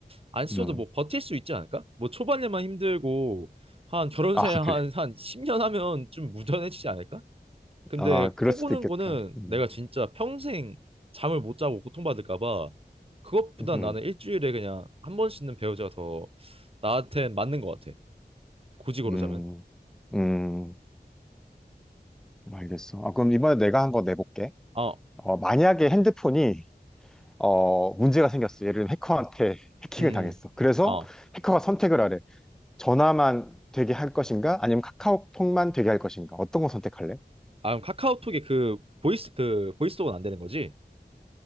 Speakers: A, on the right; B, in the centre.
A: 안 씻어도
B: 음.
A: 뭐 버틸 수 있지 않을까? 뭐 초반에만 힘들고 한 결혼
B: 아,
A: 생활
B: 그래.
A: 한한 10년 하면 좀 무던해지지 않을까? 근데
B: 아, 그럴
A: 코
B: 수도
A: 고는
B: 있겠다.
A: 거는
B: 음,
A: 내가 진짜 평생 잠을 못 자고 고통받을까 봐 그것보다
B: 음,
A: 나는 일주일에 그냥 한 번 씻는 배우자가 더 나한테 맞는 것 같아. 굳이 고르자면.
B: 음, 음, 알겠어. 아, 그럼 이번에 내가 한 거 내볼게.
A: 어,
B: 어, 만약에 핸드폰이, 어, 문제가 생겼어. 예를 들면 해커한테 해킹을
A: 음,
B: 당했어. 그래서
A: 어.
B: 해커가 선택을 하래. 전화만 되게 할 것인가? 아니면 카카오톡만 되게 할 것인가? 어떤 거 선택할래?
A: 아, 그럼 카카오톡에 그 보이스 그 보이스톡은 안 되는 거지?